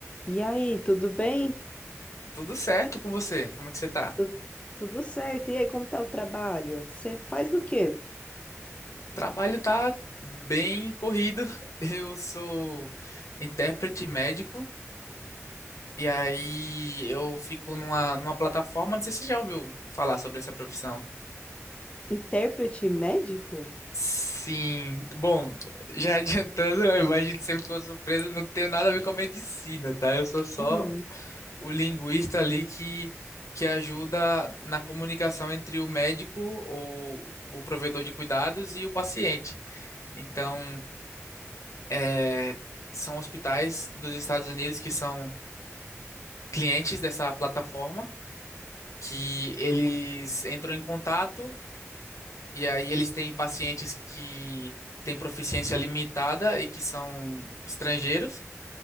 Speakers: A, on the left; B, on the left.
A: E aí, tudo bem?
B: Tudo certo com você? Como é que você tá?
A: Tu- Tudo certo. E aí, como tá o trabalho? Você faz o quê?
B: Trabalho tá bem corrido. <laughs> Eu sou intérprete médico e aí eu fico numa, numa plataforma, não sei se você já ouviu falar sobre essa profissão.
A: Intérprete médico?
B: Sim, bom, <laughs> já adiantando, eu imagino que você ficou surpreso, não tenho nada a ver com a medicina, tá? Eu sou só
A: Hum.
B: o linguista ali que, que ajuda na comunicação entre o médico ou o provedor de cuidados e o paciente. Então, é, são hospitais dos Estados Unidos que são clientes dessa plataforma, que eles entram em contato e aí eles têm pacientes que têm proficiência limitada e que são estrangeiros.